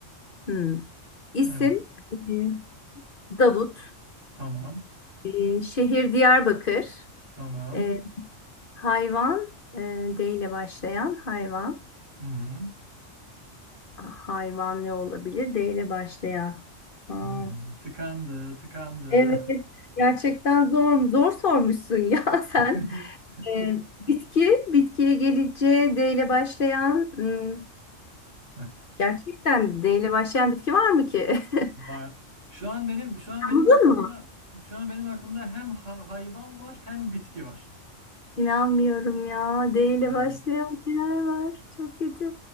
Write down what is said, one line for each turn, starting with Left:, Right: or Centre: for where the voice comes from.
Left: Hmm. İsim
Right: Evet.
Left: e, Davut.
Right: Tamam.
Left: E, şehir Diyarbakır.
Right: Tamam.
Left: Ee, Hayvan, e, D ile başlayan hayvan.
Right: Hı hı.
Left: Ah, Hayvan ne olabilir? D ile başlayan. Aa,
Right: Hı hı. Tıkandı, tıkandı.
Left: evet, gerçekten zor, zor sormuşsun ya <laughs> sen.
Right: <laughs>
Left: E, bitki, bitkiye gelince D ile başlayan, hmm,
Right: Heh.
Left: gerçekten D ile başlayan bitki var mı ki? <laughs>
Right: Var. Şu an benim şu an benim
Left: Anladın
Right: aklımda
Left: mı?
Right: şu an benim aklımda hem ha- hayvan var hem bitki var.
Left: İnanmıyorum ya. D ile
Right: Ee,
Left: başlayan neler var? Çok kötü.